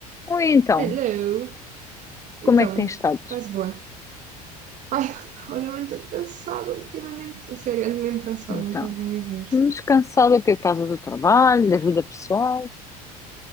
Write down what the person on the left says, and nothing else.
Oi, então,
como é que tens estado?
Então,
mas cansada aqui por causa do trabalho, da vida pessoal,